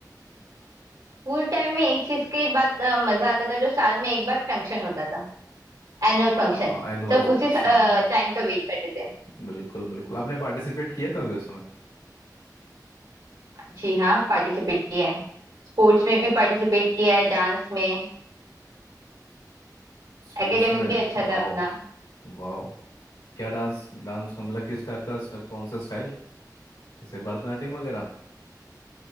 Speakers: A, on the right; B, on the left.
A: स्कूल टाइम में एक चीज की बात अ, मजा आता था जो साल में एक बार फंक्शन होता था
B: हाँ
A: Annual function
B: एनुअल
A: सब
B: फंक्शन
A: उसी टाइम का वेट करते थे
B: बिल्कुल बिल्कुल आपने पार्टिसिपेट किया कभी उसमें
A: जी हाँ पार्टिसिपेट किया है स्पोर्ट्स में भी पार्टिसिपेट किया है डांस में
B: स्पोर्ट्स
A: एकेडमिक
B: में
A: भी अच्छा
B: वाओ
A: था अपना
B: वाओ क्या डांस डांस का मतलब किस टाइप का स्टे- कौन सा स्टाइल जैसे भरतनाट्यम वगैरह